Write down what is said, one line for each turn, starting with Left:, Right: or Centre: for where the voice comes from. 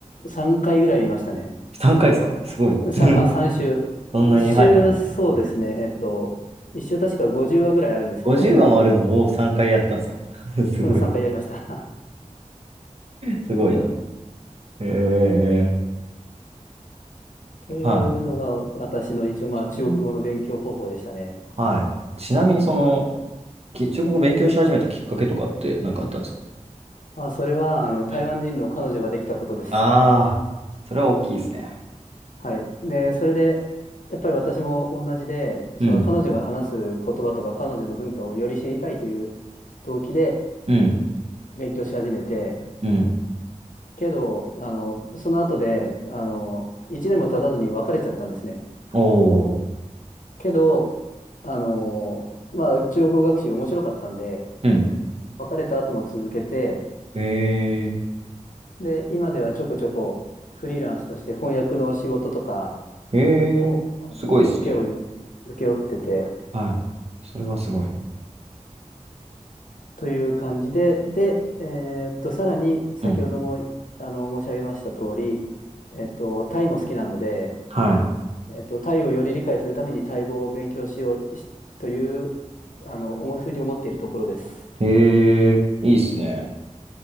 Left: 3回ぐらい見ましたね。
Right: 3回ですかすごい。<laughs>
Left: さ、まあ3週。
Right: そんなに、
Left: 1週、
Right: はいはいはい。
Left: そうですね。
Right: わかる
Left: えっと、1週確か50話ぐらいあるんですけど、
Right: 50話もあるのを3回やったんですか <laughs> すごい。
Left: それ3回やりました。
Right: すごいな。ええ
Left: <laughs> というのが私の一応まあ中国語の勉強方法でしたね。
Right: はい。ちなみに、はい。ちなみに、その、き中国語勉強し始めたきっかけとかって何かあったんですか
Left: まあそれはあの台湾人の彼女ができたことです。
Right: うん。ああ、それは大きいですね。
Left: はい。で、それで、やっぱり私も同じで、その彼女が話す言葉とか彼女の文化をより知りたいという
Right: うん。
Left: 動機で
Right: うん。
Left: 勉強し始めて、
Right: うん。
Left: けど、あの、その後で、あの、1年も経たずに別れちゃったんですね。
Right: おー。
Left: けど、あのーまあ、中国語学習面白かったんで、
Right: うん。
Left: 別れた後も続けて、
Right: え
Left: で、今ではちょこちょこフリーランスとして翻訳の仕事とか
Right: ー、えー、
Left: を、あのー請け負う、
Right: すごいですね。
Left: 請け負ってて、
Right: はい。それはすごい。
Left: という感じで、で、えーっと、さらに先ほども、
Right: うん
Left: あの、申し上げました通り、えっと、タイも好きなので、
Right: は
Left: えっと、タイをより理解するためにタイ語を勉強しようしという、あの、思うふうに思っているところです。
Right: い。ええいいですね。